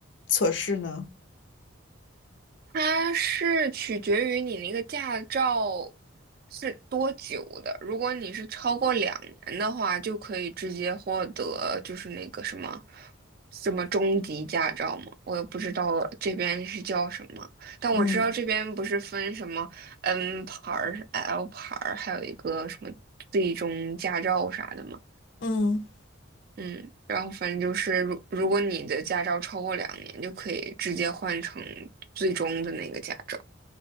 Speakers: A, on the left; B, on the right.
A: 测试呢？
B: 它是取决于你那个驾照是多久的。如果你是超过两年的话，就可以直接获得就是那个什么什么中级驾照嘛。我也不知道这边是叫什么，但我知道这边不是分什么
A: 嗯
B: N 牌儿、L 牌儿，还有一个什么最终驾照啥的嘛。
A: 嗯。
B: 嗯，然后反正就是，如如果你的驾照超过两年，就可以直接换成最终的那个驾照。